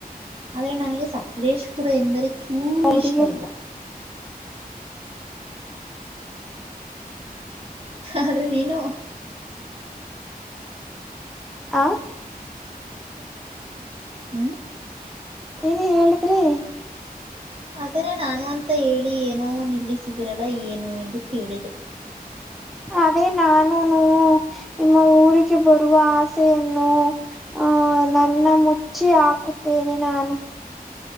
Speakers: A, on the right (about 35°); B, in the centre.
A: ಆದ್ರೆ ನನಗೆ ಸಕಲೇಶಪುರ ಎಂದರೆ ಚೂರು
B: ಅವರಿಗೆ
A: ಇಷ್ಟ ಇಲ್ಲ. ಆದ್ರೆ ನೀನು.
B: ಆ
A: ಹ್ಮ
B: ಏನೇ ಹೇಳಿದ್ರಿ
A: ಆದರೆ ನಾನು ಅಂತ ಹೇಳಿ ಏನೋ ನಿಲ್ಲಿಸಿದಿರಲ್ಲ ಏನು ಎಂದು ಕೇಳಿದೆ. <inaudible>
B: ಅದೇ ನಾನುನು ನಿಮ್ಮ ಊರಿಗೆ ಬರುವ ಆಸೆಯನ್ನು. ಹ ನನ್ನ ಮುಚ್ಚಿ ಹಾಕುತ್ತೇನೆ ನಾನು.